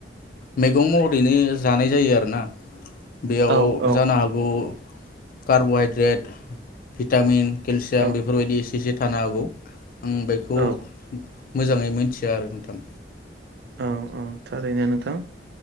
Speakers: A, on the left (about 50°); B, on the right (about 65°).
A: मैगं महरैनो जानाय जायो आरोना बेयाव
B: औ औ
A: जानो हागौ कार्ब हाइड्रेट भिटामिन केलसियाम
B: औ
A: बेफोरबायदि से थानो हागौ आं बेखौ
B: औ
A: मोजाङै मिनथिया आरो नोंथां
B: औ औ थारैनो नोंथां